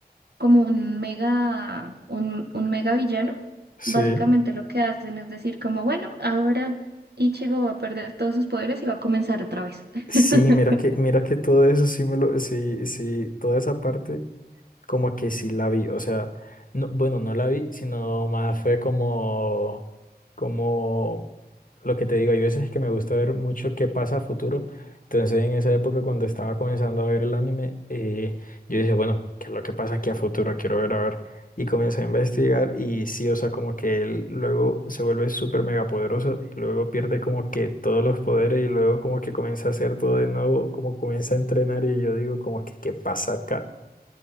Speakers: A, on the right (about 80°); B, on the left (about 55°).
A: como un mega, un, un mega villano,
B: sí.
A: básicamente lo que hacen es decir como, bueno, ahora Ichigo va a perder todos sus poderes y va a comenzar otra vez.
B: Sí,
A: <laughs>
B: mira que, mira que todo eso sí me lo, sí, sí, toda esa parte como que sí la vi, o sea, no, bueno, no la vi, sino más fue como, como lo que te digo, hay veces que me gusta ver mucho qué pasa a futuro, entonces en esa época cuando estaba comenzando a ver el anime, eh, yo dije, bueno, ¿qué es lo que pasa aquí a futuro? Quiero ver, a ver, y comencé a investigar y sí, o sea, como que él luego se vuelve súper mega poderoso y luego pierde como que todos los poderes y luego como que comienza a hacer todo de nuevo, como comienza a entrenar y yo digo como que, ¿qué pasa acá?